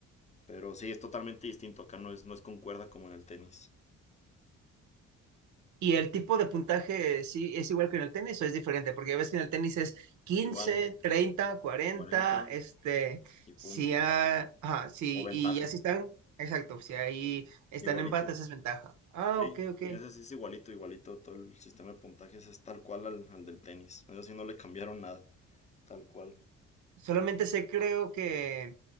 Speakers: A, on the left; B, on the right.
A: Pero sí, es totalmente distinto. Acá no es, no es con cuerda como en el tenis.
B: Y el tipo de puntaje, sí, es igual que en el tenis o es diferente, porque ves que en el tenis es 15,
A: Igual,
B: 30, 40,
A: 40
B: este,
A: y punto.
B: si, ha- ajá, sí,
A: O ventaja,
B: y ya si están, exacto, si ahí están
A: igualito.
B: empates es ventaja. Ah,
A: Sí,
B: ok, ok.
A: y ese sí es igualito, igualito. Todo el sistema de puntajes es tal cual al, al del tenis. Eso sí no le cambiaron nada. Tal cual.
B: Solamente sé, creo que